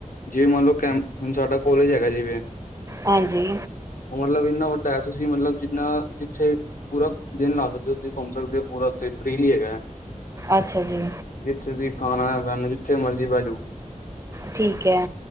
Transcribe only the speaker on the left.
ਜਿਵੇਂ ਮੰਨ ਲੋ ਕੈਂਪ ਹੁਣ ਸਾਡਾ ਕੋਲੇਜ ਹੈਗਾ ਜਿਵੇਂ
ਓਹ ਮਤਲਬ ਇੰਨਾ ਵੱਡਾ ਹੈ, ਤੁਸੀਂ ਮਤਲਬ ਜਿੰਨਾ ਜਿੱਥੇ ਪੂਰਾ ਦਿਨ ਲਾ ਸਕਦੇ, ਹੋ ਤੁਸੀਂ ਘੁੰਮ ਸਕਦੇ ਔ ਪੂਰਾ ਉੱਥੇ ਫ੍ਰਰੀਲੀ ਹੈਗੈ।
ਜਿੱਥੇ ਤੁਸੀਂ ਖਾਣਾ ਖਾਣੇ ਜਿੱਥੇ ਮਰਜ਼ੀ ਬੈ ਜੋ।